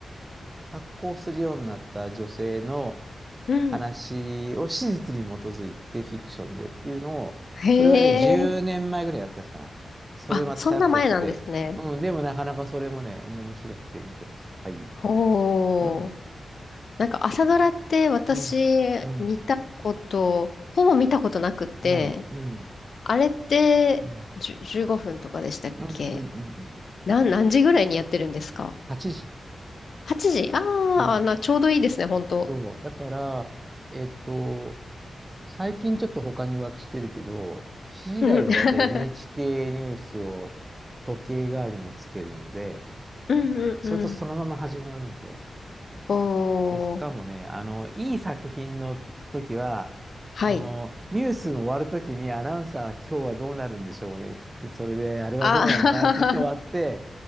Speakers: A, on the right; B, on the left.
A: 発行するようになった女性の
B: うん。
A: 話を史実に基づいてフィクションでっていうのを、
B: へえ。
A: それはね、10年前ぐらいやったやつかな。それまた再布として、
B: あ、そんな前なんですね。
A: うん、でもなかなかそれもね、面白くて見てます。はい。
B: ほー。
A: うん、
B: なんか朝ドラって私
A: うん、うん、
B: 見たこと、ほぼ見たことなくて、
A: ない、うん、
B: あれって、
A: うん、
B: じゅ、15分とかでしたっけ
A: うん、うん、うん、うん
B: なん、何時ぐらいにやってるんですか
A: 8時。
B: ?8 時あーあ、
A: うん、
B: な、ちょうどいいですね、本当。
A: そう、だから、えっと、最近ちょっと他に浮気してるけど、私時台はだいたい
B: うん <laughs>、
A: NHK ニュースを時計代わりにつけるので、
B: うん、うんうん。
A: それとそのまま始まるので、
B: おー、
A: で、しかもね、あの、いい作品の時は、
B: はい。
A: その、ニュースが終わる時にアナウンサー、今日はどうなるんでしょうね、つって、それで、あれはどうなるのかなって言って終わって、
B: あ、<laughs>